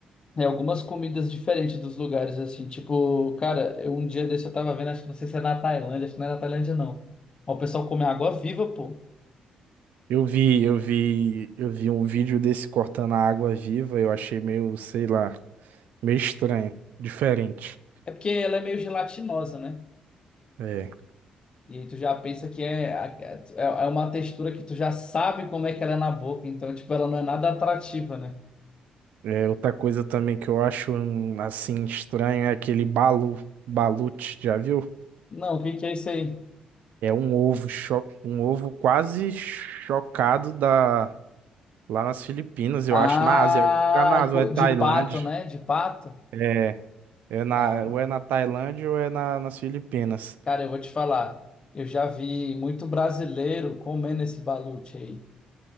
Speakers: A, on the left; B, on the right.
A: é algumas comidas diferentes dos lugares, assim, tipo, cara, eu, um dia desse eu tava vendo, acho que não sei se é na Tailândia, acho que não é na Tailândia, não. Mas O pessoal come água viva, pô.
B: Eu vi, eu vi, eu vi um vídeo desse cortando a água viva, eu achei meio, sei lá, meio estranho, diferente.
A: É porque ela é meio gelatinosa, né?
B: É.
A: E aí tu já pensa que é, é é é uma textura que tu já sabe como é que ela é na boca, então, tipo, ela não é nada atrativa, né?
B: É, outra coisa também que eu acho hum, assim estranho é aquele balu, balute, já viu?
A: Não, o que que é isso aí?
B: É um ovo, cho um ovo quase chocado da Lá nas Filipinas, eu
A: Ah,
B: acho, na Ásia. Fica na Ásia,
A: co-
B: ou é Tailândia.
A: de pato, né? De pato?
B: É, é na,
A: Não,
B: ou é na Tailândia ou é na, nas Filipinas.
A: cara, eu vou te falar. Eu já vi muito brasileiro comendo esse balute aí.